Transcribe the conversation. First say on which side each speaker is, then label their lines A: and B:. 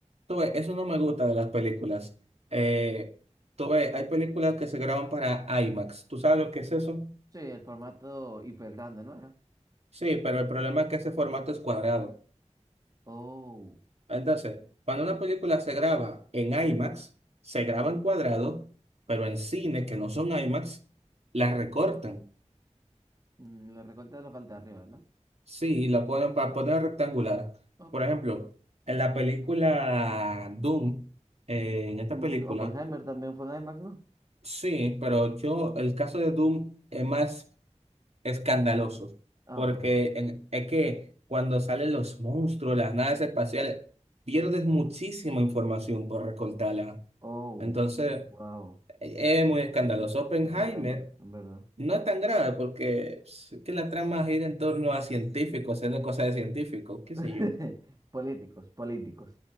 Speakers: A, on the right; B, on the right.
A: tú ves, eso no me gusta de las películas. Eh, tú ves, hay películas que se graban para IMAX. ¿Tú sabes lo que es eso?
B: Sí, el formato hiper grande, ¿no era?
A: Sí, pero el problema es que ese formato es cuadrado.
B: Oh,
A: Entonces, cuando una película se graba en IMAX, se graba en cuadrado, pero en cines que no son IMAX, la recortan.
B: mm, le recorta la parte de arriba, ¿verdad?
A: Sí, y la ponen para poner rectangular.
B: Ok.
A: Por ejemplo, en la película Doom, eh, en esta
B: Mm,
A: película,
B: Oppenheimer también fue en IMAX, ¿no?
A: sí, pero yo, el caso de Doom es más escandaloso,
B: Ah,
A: porque
B: ok, ok.
A: en- es que cuando salen los monstruos, las naves espaciales, pierdes muchísima información por recortarla.
B: Oh,
A: Entonces...
B: wow.
A: Es muy escandaloso. Oppenheimer
B: Qué problema, en verdad.
A: no es tan grave porque pues, es que la trama gira en torno a científicos, haciendo cosas de científicos, qué
B: <laughs>
A: sé yo.
B: Políticos, políticos.